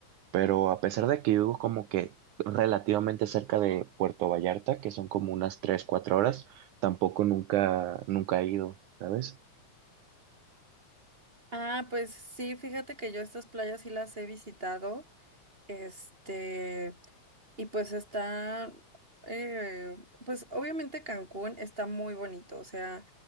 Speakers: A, on the right (about 75°); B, on the right (about 15°).
A: Pero a pesar de que vivo como que relativamente cerca de Puerto Vallarta, que son como unas 3 4 horas, tampoco nunca, nunca he ido, ¿sabes?
B: Ah, pues sí, fíjate que yo estas playas sí las he visitado. Este, y pues está, eh, pues obviamente Cancún está muy bonito, o sea,